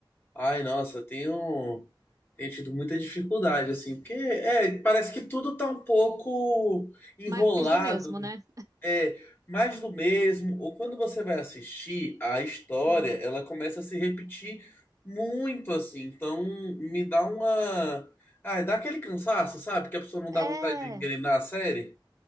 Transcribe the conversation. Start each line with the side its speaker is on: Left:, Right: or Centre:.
Left: Ai, nossa, eu tenho, tenho tido muita dificuldade, assim, porque é, parece que tudo tá um pouco enrolado.
Right: mas do mesmo,
Left: né?
Right: né?
Left: É, mais do mesmo. Ou quando você vai assistir a história,
Right: Hum.
Left: ela começa a se repetir muito, assim. Então, me dá uma. Ai, dá aquele cansaço, sabe? Que a pessoa não
Right: É.
Left: dá vontade de engrenar a série.